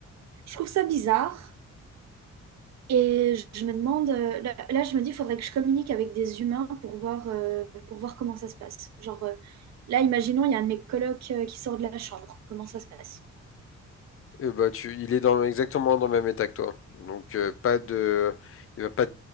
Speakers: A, on the right (about 65°); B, on the left (about 50°).
A: je trouve ça bizarre. Et je me demande, euh, là, là, je me dis, il faudrait que je communique avec des humains pour voir, euh, pour voir comment ça se passe. Genre, euh, là, imaginons, il y a un de mes colocs euh, qui sort de la chambre. Comment ça se passe?
B: Euh, bah, tu, il est dans, exactement dans le même état que toi. Donc, euh, pas de, il va pas